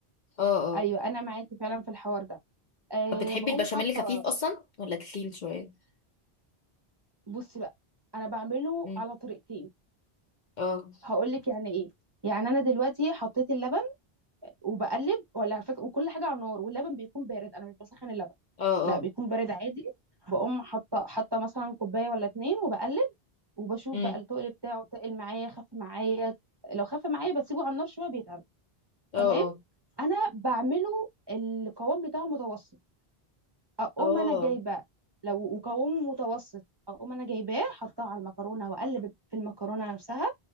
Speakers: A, on the left; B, on the right.
A: اه اه
B: ايوه انا معاكي فعلا في الحوار ده آه
A: طب بتحبي
B: بقوم
A: البشاميل
B: حاطه
A: خفيف اصلا ولا تخين شوية
B: بصي بقى انا بعمله
A: مم.
B: على طريقتين
A: اه
B: هقول لك يعني ايه يعني انا دلوقتي حطيت اللبن وبقلب ولا على فكره وكل حاجه على النار واللبن بيكون بارد انا مش بسخن اللبن
A: اه
B: لا
A: اه
B: بيكون بارد عادي بقوم حاطه حاطه مثلا كوبايه ولا اتنين وبقلب وبشوف
A: مم.
B: بقى التقل بتاعه تقل معايا خف معايا لو خف معايا بسيبه على النار شويه بيتقل
A: اه
B: تمام
A: اه
B: انا بعمله القوام بتاعه متوسط اقوم
A: اه
B: انا جايبه لو قوامه متوسط اقوم انا جايباه حطاه على المكرونه واقلب في المكرونه نفسها